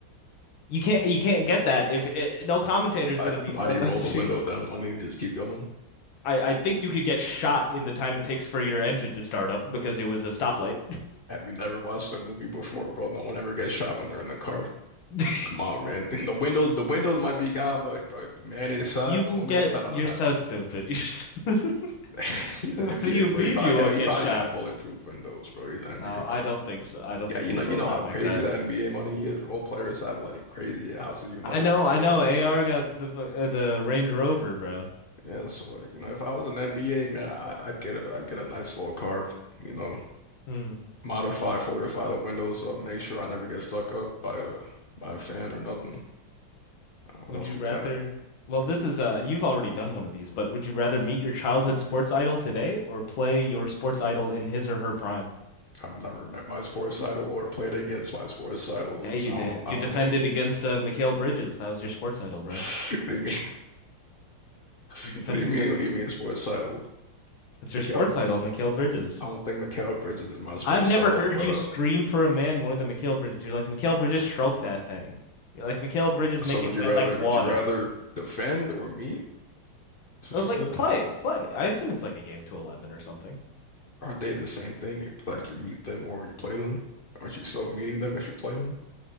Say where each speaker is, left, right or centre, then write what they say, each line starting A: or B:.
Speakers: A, on the left (about 75°); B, on the left (about 45°).
A: You can't, you can't get that if uh, no commentator's
B: Why,
A: gonna be
B: why
A: <laughs> about
B: do you roll
A: to
B: the
A: shoot.
B: window down? Why don't you just keep going?
A: I, I think you could get shot in the time it takes for your engine to start up because it was a stoplight.
B: Have you never watched a movie before, bro? No one ever gets shot when they're in the car.
A: <laughs>
B: Come on, man. <laughs> The window, the window might be gone, but bro, the man inside,
A: You will
B: the woman
A: get,
B: inside,
A: you're
B: nothing happens.
A: so stupid. <laughs> You're so- <laughs>
B: <laughs> He's
A: What
B: an NBA
A: do you
B: player.
A: mean
B: He probably
A: you
B: got,
A: won't
B: he
A: get
B: probably
A: shot?
B: got bulletproof windows, bro. He's an NBA
A: No, I
B: player.
A: don't think so. I don't
B: Yeah,
A: think
B: you
A: we
B: know,
A: will
B: you know
A: rock
B: how
A: like
B: crazy
A: that.
B: that NBA money is. Role players have like crazy houses you never
A: I know,
B: conceived
A: I know.
B: of.
A: AR got the fu- uh, the Range Rover, bro.
B: Yeah, so like, you know, if I was an NBA man, I, I'd get a, I'd get a nice little car, you know.
A: Hmm.
B: modify, fortify the windows up, make sure I never get stuck up by a by a fan or nothing. Uh, what
A: Would
B: else
A: you
B: we
A: rather?
B: got?
A: Well, this is uh, you've already done one of these, but would you rather meet your childhood sports idol today or play your sports idol in his or her prime?
B: I've never met my sports idol or played against my sports idol,
A: Yeah, you
B: so I
A: did.
B: don't
A: You
B: I don't
A: defended
B: know.
A: against uh, Mikal Bridges. That was your sports idol, bro.
B: <laughs> What do you mean? <laughs>
A: You defended
B: What do you mean?
A: against
B: What do you mean sports idol?
A: that's
B: Mikal,
A: your sports idol, Mikal Bridges.
B: I don't think Mikal Bridges is my sports
A: I've never
B: idol,
A: heard
B: but
A: you
B: uh,
A: scream for a man more than Mikal Bridges. You're like, Mikal Bridges, stroke that thing. You're like, Mikal Bridges,
B: so
A: make
B: would
A: it
B: you
A: wet
B: rather?
A: like water.
B: Would you rather defend or meet? That's what
A: Or
B: you
A: like,
B: said.
A: play, play. I assume it's like a game to 11 or something.
B: Aren't they the same thing? Like you meet them or you play them? Aren't you still meeting them if you play them?